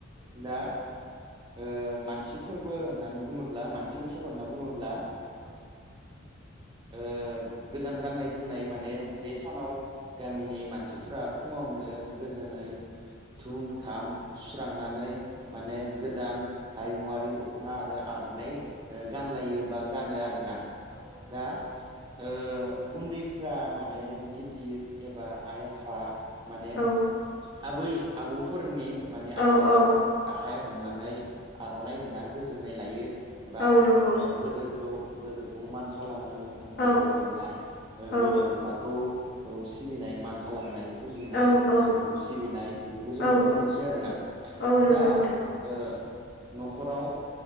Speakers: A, on the right; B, on the left.
A: दा ओ मानसिफोरबो होननानै बुङो ब्ला मानसि बैसागु होनना बुङोब्लाबो ओ गोदान गाननाय जोमनाय माने बे सानाव गामिनि मानसिफ्रा फुङावनो गो जोनै धुम धाम सुस्रांनानै माने गोदान हारिमुवारि दख'ना आरो आर'नाइ ओ गानलायो बा गानो आरोना दा ओ उन्दैफ्रा माने गिदिर एबा आइ आफा माने
B: औ
A: आबै आबौफोरनि माने
B: औ
A: आखायाव
B: औ
A: आखाइ हमनानै आर'नाइ होना गोजोननाय लायो बा
B: औ नंगौ
A: ओ गोदोरखौ गोदोरखौ मान खालामो उन्दैखौ
B: औ
A: अननाय ओ
B: औ
A: बिमा बिफाखौ सिबिनाय मान खालामनाय फुजिनाय
B: औ औ
A: इसोरखौ सिबिनाय बेफोरखौ जों
B: औ
A: नुनो मोनसै आरोना
B: औ नंगौ
A: दा
B: नोंथां
A: ओ न'खराव